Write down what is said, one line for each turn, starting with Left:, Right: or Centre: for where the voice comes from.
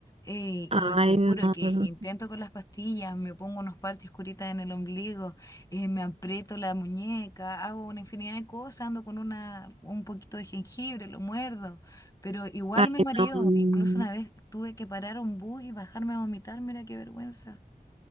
Left: eh,
Right: Ay,
Left: y te juro
Right: no,
Left: que
Right: pero-
Left: intento con las pastillas, me pongo unos parches curitas en el ombligo, eh, me aprieto la muñeca, hago una infinidad de cosas, ando con una, un poquito de jengibre, lo muerdo, pero igual
Right: ay,
Left: me mareo.
Right: no. no, no.
Left: Incluso una vez tuve que parar un bus y bajarme a vomitar, mira qué vergüenza.